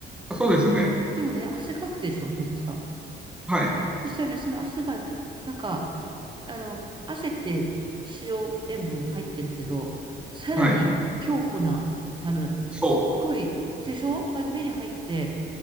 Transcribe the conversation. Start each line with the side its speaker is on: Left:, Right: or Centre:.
Centre: <laughs> そうですね。
Right: でもね、汗かくでしょ、めっちゃ。
Centre: はい。
Right: そしたらね、その汗が、なんか、あの、汗って塩塩分入ってるけど、さらに強固な、
Centre: はい。
Right: あの、
Centre: そ
Right: すっごい、でしょが目に入って、